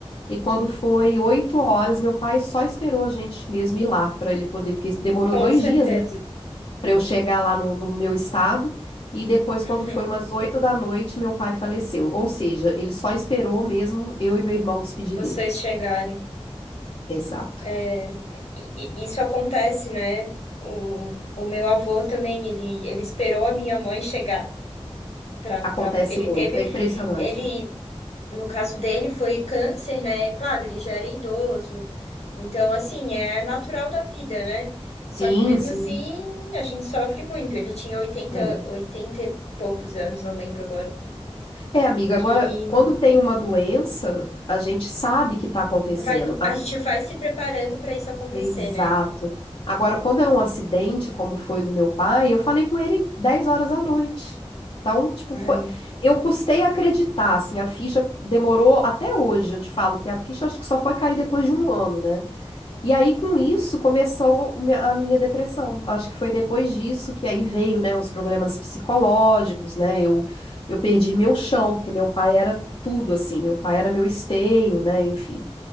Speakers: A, on the left (about 50°); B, on the left (about 80°).
A: E quando foi oito horas, meu pai só esperou a gente mesmo ir lá para ele poder, porque demorou
B: Com
A: dois
B: certeza.
A: dias, né? para eu chegar lá no, no meu estado. E depois,
B: Uhum.
A: quando foi umas oito da noite, meu pai faleceu. Ou seja, ele só esperou mesmo eu e meu irmão despedir
B: Vocês
A: dele.
B: chegarem.
A: Exato.
B: É, E- e- Isso acontece, né? O, o meu avô também, ele, ele esperou a minha mãe chegar Pra, pra...
A: Acontece
B: Ele
A: muito,
B: teve,
A: é impressionante.
B: ele, no caso dele, foi câncer, né? Claro, ele já era idoso, então, assim, é natural da vida, né? Só
A: Sim,
B: que mesmo
A: sim.
B: assim, a gente sofre muito. Ele tinha oitenta
A: É.
B: oitenta e poucos anos, não lembro agora.
A: É, amiga, agora,
B: E
A: quando tem uma doença, a gente sabe que está acontecendo.
B: vai- a gente vai se preparando para isso acontecer,
A: Exato.
B: né?
A: Agora, quando é um acidente, como foi do meu pai, eu falei com ele 10 horas da noite. Então, tipo,
B: Ai.
A: foi. Eu custei acreditar, assim, a ficha demorou até hoje, eu te falo que a ficha acho que só foi cair depois de um ano, né? E aí, com isso, começou o me- a minha depressão. Acho que foi depois disso que aí veio, né, os problemas psicológicos, né? Eu, eu perdi meu chão, porque meu pai era tudo, assim, meu pai era meu esteio, né? Enfim.